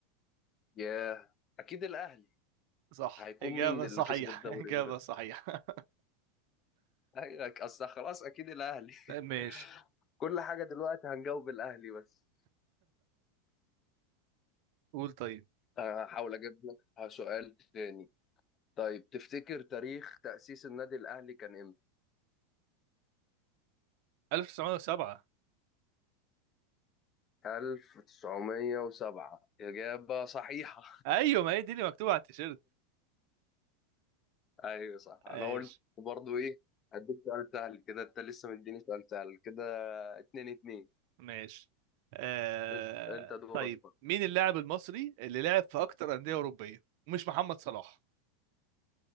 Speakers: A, on the left; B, on the right.
A: ياه اكيد الاهلي
B: صح
A: هيكون
B: إجابة
A: مين اللي
B: صحيحة
A: كسب الدوري
B: <laughs> إجابة
A: غير ده
B: صحيحة
A: أيوة، اصل خلاص اكيد الاهلي
B: <laughs> ماشي
A: <laughs> كل حاجة دلوقتي هنجاوب الاهلي بس
B: قول طيب
A: هحاول اجيب لك سؤال تاني طيب تفتكر تاريخ تأسيس النادي الاهلي كان امتى
B: 1907
A: 1907 إجابة صحيحة
B: ايوه ما هي دي اللي مكتوبة على التيشيرت
A: <laughs> أيوة صح أنا
B: ايش
A: قلت برضو إيه هديك سؤال سهل كده أنت لسه مديني سؤال سهل كده اتنين اتنين
B: ماشي آه...
A: أنت أنت دورك
B: طيب
A: بقى
B: مين اللاعب المصري اللي لعب في اكتر انديه اوروبيه ومش محمد صلاح